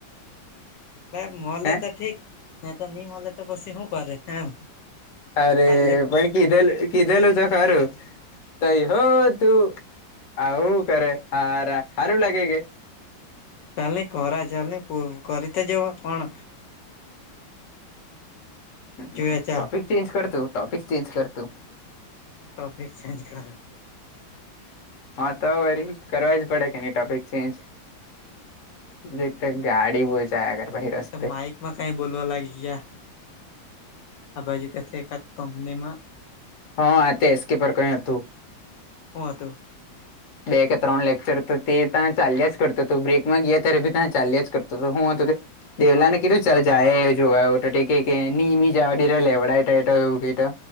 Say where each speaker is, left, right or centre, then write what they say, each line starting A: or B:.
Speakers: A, on the left; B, on the left.
A: એટલે મલે
B: હે
A: તો ઠીક ની તો ની મલે તો પસી હું કરયે એમ.
B: અરે
A: ખાલી
B: પણ કીધેલ કીધેલું તો ખરું. તઈ હો તું આવું કરે હારા, હારું લાગે કે?
A: ચાલ ની કરા, ચાલ ની પુ કરી તો જોવા પણ
B: હમમ હમમ.
A: જોએ ચાલ
B: ટોપિક ચેન્જ કર તું, ટોપિક ચેન્જ કર તું.
A: હું ટોપિક ચેન્જ કરું.
B: હા તો વરી કરવા જ પડે કે ની ટોપિક ચેન્જ. એ તે ગાડી બો છે જાયા કરે પછી. રસ્તે
A: એક તો માઇક માં કાય બોલવા લાગી ગયા. આ બાજુ કથે એકાદ કપનીમાં
B: હા આ જ તો એસ્કે પર કઈ અતું.
A: હું અતુ?
B: બે કે ત્રણ લેક્ચર તો તે તા ચાલ્યા જ કરતું તું બ્રેકમાં ગીયા ત્યારે ભી તા ચાલ્યા જ કરતું તું હું અતુ તે દેવલા ને કિધું ચાલ જાએ એ જોવા એવું તો તે કેય કે ની, ની જવા દીધું લેવડાયટા તો એવું કેય તો.